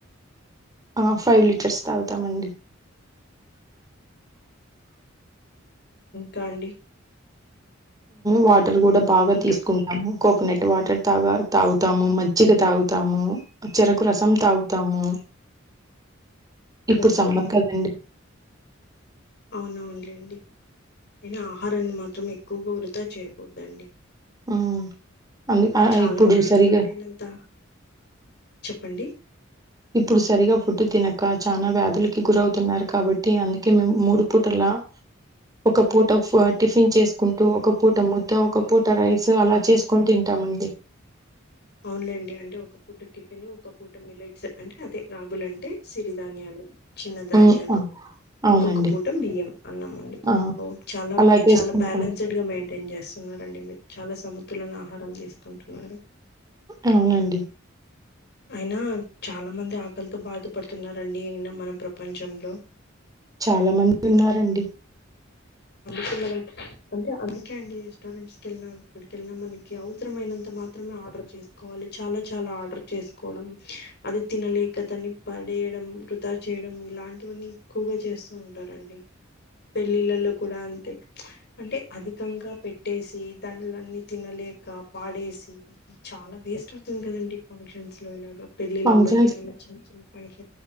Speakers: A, on the right; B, on the left.
A: ఆ ఫైవ్ లీటర్స్ తాగుతామండి
B: కండి
A: వాటర్ కూడా బాగా
B: ఇంకా
A: తీసుకుంటాము కోకోనట్ వాటర్ తాగా తాగుతాము మజ్జిగ తాగుతాము చెరకు రసం తాగుతాము
B: <inaudible>
A: ఇప్పుడు
B: ఓకే
A: సమ్మర్ కదండి
B: అవునవునులేండి అయినా ఆహారాన్ని మాత్రం ఎక్కువగా వృధా చేయకూడదండి
A: అ అందుక
B: చాలా
A: ఇప్పుడు
B: మంది
A: సరిగా
B: తినలేనంత చెప్పండి
A: ఇప్పుడు సరిగా ఫుడ్ తినక చాలా వ్యాధులకి గురవుతున్నారు కాబట్టి అందుకే మే మూడు పూటలా <inaudible> ఒక పూట టిఫిన్ చేసుకుంటూ ఒక పూట ముద్ద ఒక పూట రైస్ అలా చేసుకొని తింట టమండి
B: అవునులేండి అంటే ఒక పూట టిఫిన్ ఒక పూట మిల్లెట్స్ అంటే అదే రాగుల అంటే సిరిధాన్యాలు చిన్న ధాన్యాలు
A: ఉమ్ ఆ అవునండి
B: ఇంకొక పూట బియ్యం అన్నమాడుకుని
A: ఆ
B: ఓ చాలా
A: అలా చేసుకుంటాం
B: చాలా బ్యాలెన్స్డ్గా మెయింటైన్ చేస్తాం రండి మీరు చాలా సమతులను ఆహారం తీసుకుంటున్నారు
A: అవునండి
B: అయినా చాలా మంది ఆకలితో బాధపడుతున్నారండి అయిన మన ప్రపంచంలో
A: చాలా మంది ఉన్నారండి
B: అందుకే మనం అంటే అందుకే అండి రెస్టారెంట్స్ విళ్ళిన ఇక్కడికెల్లిన మనకి అవసరమైనంత మాత్రమే ఆర్డర్ చేస్కోవాలి చాల చాల ఆర్డర్ చేసుకోవడం అది తినలేక దని ప చేయడం వృతా చేయడం ఇలాంటివన్నీ ఎక్కువగా చేస్తూ ఉంటారండి పెళ్ళిళ్ళలో కూడా అంతే అంటే అధికంగా పెట్టేసి దానిలన్నీ తినలేక పాడే చాలా వేస్ట్ అవుతుంది కదండి ఫంక్షన్స్ లో ఇలాగా పెళ్లిళ్లలో
A: ఫంక్షన్స్
B: ఏమైన్నా చిన్న చిన్న ఫంక్షన్